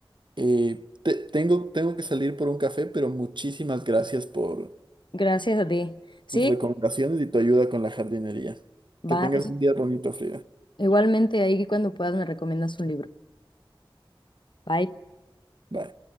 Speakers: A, on the right; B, on the left.
A: Eh, te- tengo, tengo que salir por un café, pero muchísimas gracias por
B: Gracias a ti. Sí,
A: tus recomendaciones y tu ayuda con la jardinería.
B: va.
A: Que tengas un día bonito, Frida.
B: Igualmente ahí cuando puedas me recomiendas un libro. Bye.
A: Bye.